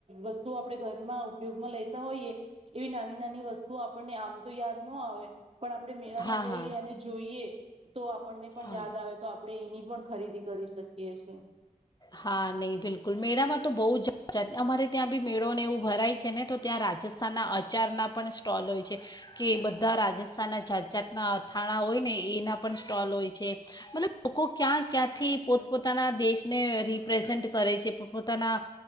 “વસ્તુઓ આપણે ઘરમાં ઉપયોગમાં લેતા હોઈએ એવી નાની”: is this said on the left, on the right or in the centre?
Right